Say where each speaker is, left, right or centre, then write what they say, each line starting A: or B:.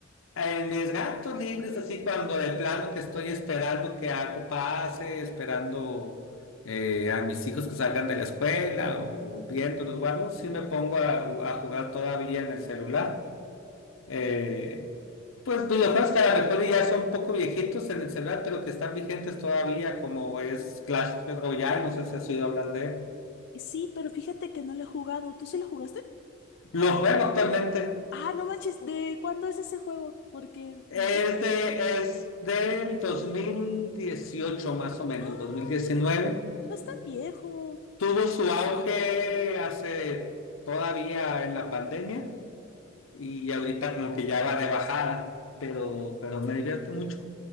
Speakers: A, on the left; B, on the left.
A: En mis gatos libres, así cuando de plano que estoy esperando que algo pase, esperando eh, a mis hijos que salgan de la escuela o viéndolos o algo, sí me pongo a, a jugar todavía en el celular. Eh, pues videojuegos que a lo mejor ya son un poco viejitos en el celular, pero que están vigentes todavía, como es Clash Royale, no sé si has oído hablar de él.
B: Sí, pero fíjate que no lo he jugado. ¿Tú sí lo jugaste?
A: Lo juego actualmente.
B: Ah, no manches, ¿de cuándo es ese juego? Porque
A: Es
B: no recuerdo.
A: de, es del 2018 más o menos,
B: Ah,
A: dos mil diecinueve
B: no, es no es tan viejo.
A: Tuvo su auge hace todavía en la pandemia y ahorita como que ya va de bajada, pero, pero me divierte mucho.